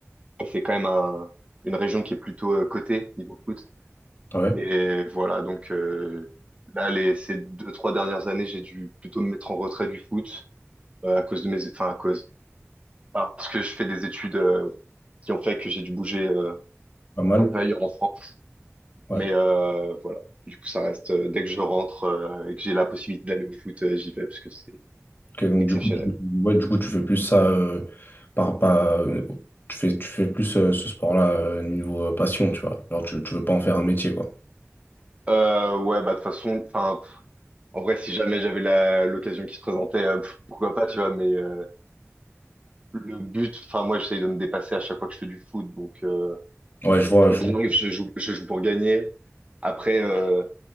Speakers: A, on the right (about 25°); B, on the left (about 45°).
A: Et C'est quand même un- une région qui est plutôt euh, cotée niveau foot.
B: ouais,
A: Et voilà, donc euh, là, les, ces deux, trois dernières années, j'ai dû plutôt me mettre en retrait du foot euh, à cause de mes, enfin à cause, parce que je fais des études euh, qui ont fait que j'ai dû bouger euh,
B: pas mal.
A: un peu ailleurs en France.
B: ouais.
A: Mais euh, voilà, du coup ça reste, euh, dès que je rentre euh, et que j'ai la possibilité d'aller au foot, euh, j'y vais parce que c'est
B: Ok, donc
A: exceptionnel.
B: du coup, tu, ouais, du coup, tu fais plus ça euh, par, par- euh, tu fais, tu fais plus euh, ce sport-là euh, niveau euh, passion, tu vois. Alors tu, tu veux pas en faire un métier, quoi.
A: Euh, ouais, bah de toute façon, enfin pff, en vrai si jamais j'avais la l'occasion qui se présentait, euh, pff, pourquoi pas, tu vois. Mais euh, le but, enfin moi j'essaye de me dépasser à chaque fois que je fais du foot, donc euh,
B: Ouais, je vois,
A: quoi
B: je
A: qu'il
B: vois.
A: arrive, je joue, je joue pour gagner. Après, euh,